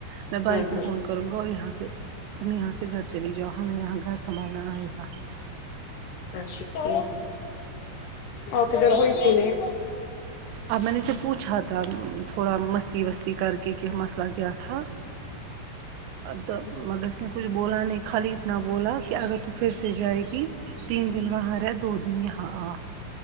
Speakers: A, on the right; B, on the left.
A: میں بھائی
B: ہوں
A: کو
B: ہوں
A: فون کروں گا اور یہاں سے تم یہاں سے گھر چلی جاؤ ہمیں یہاں گھر سنبھالنا آئے گا
B: اچھا اپ ادھر ھو اسلئے
A: اب میں نے اس سے پوچھا تھا تھوڑا مستی وستی کر کے کی مسئلہ کیا تھا تو
B: ہوں
A: مگر کچھ بولا نہیں خالی اتنا بولا کہ اگر تو پھر سے جائے گی تین دن وہاہر ہے دو دن ہی ہاں